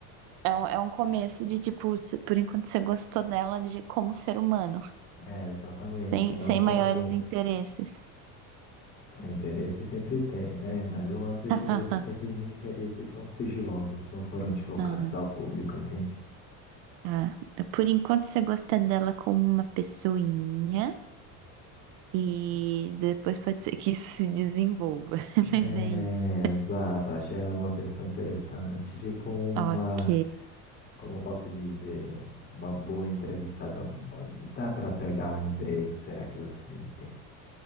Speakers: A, on the right (about 60°); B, on the left (about 30°).
A: É um, é um começo de, tipo, se- por enquanto você gostou dela de como ser humano,
B: É, exatamente,
A: sem,
B: não
A: sem
B: como
A: maiores interesses.
B: interesse sempre tem, né? Mas o lance é
A: <laughs>
B: que os- esses interesses são sigilosos, não foram divulgados
A: Ah,
B: ao público, entende?
A: ah. Por enquanto você gosta dela como uma pessoinha. E depois pode ser que isso se desenvolva. <laughs> Mas
B: É,
A: é isso.
B: exato, achei ela é uma pessoa interessante, tipo uma,
A: Ok.
B: como eu posso dizer, uma boa entrevistada, uma- dá para pegar um emprego, será que você me entende?